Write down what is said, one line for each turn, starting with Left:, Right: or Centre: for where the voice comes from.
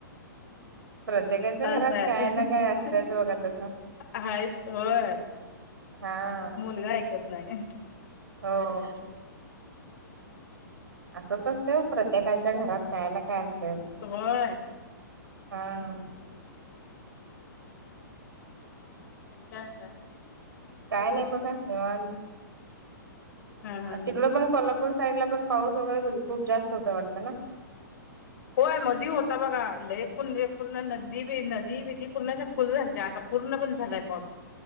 Right: प्रत्येकाच्या
Left: असं
Right: घरात
Left: आहे
Right: काय ना काय असतंयच बघा तसं
Left: आहेत होय
Right: हा.
Left: मुलगा ऐकत नाहीं
Right: हो असंच असतय प्रत्येकांच्या घरात काय ना काय असतयच
Left: होय <unintelligible>
Right: हा
Left: आणि काय म्हणताय.
Right: काय नाही बघा निवांत
Left: हा हा हा.
Right: तिकड पण कोल्हापूर साईडला पण पाऊस वगैरे खूप जास्त होता वाटत ना
Left: होय मधी होता बघा लय पर् <inaudible> पूर्ण नदी बदी नदी बधी पूर्ण फुल झालत्या आता पूर्ण बंद झालाय पाऊस.